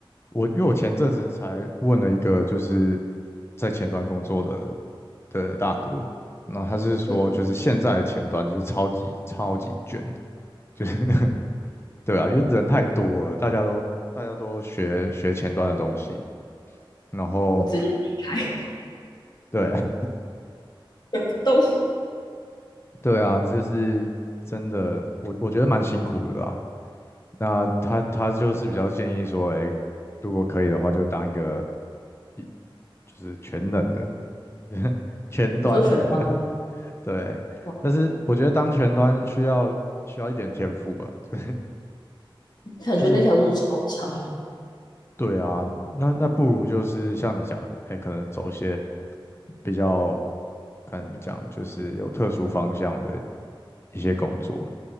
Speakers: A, on the left; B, on the left.
A: 我因为我前阵子才问了一个就是在前端工作的的大哥，然后他是说就是现在的前端就是超级超级卷，
B: 嗯，
A: 就是 <laughs> 对啊，因为人太多了，大家都大家都学学前端的东西，然后
B: 我直接离开，
A: 对。
B: <laughs> 动不动。
A: 对啊，就是真的，我我觉得蛮辛苦的啦。那他他就是比较建议说，哎、如果可以的话，就当一个一就是全能的 <laughs> 全端，
B: 你说全端吗？
A: <laughs> 对。
B: 哇
A: 但是我觉得当全端需要需要一点天赋吧，<laughs> 就
B: 感觉那条路超长。
A: 是对啊，那那不如就是像你讲的，哎、可能走一些比较该怎么讲，就是有特殊方向的一些工作。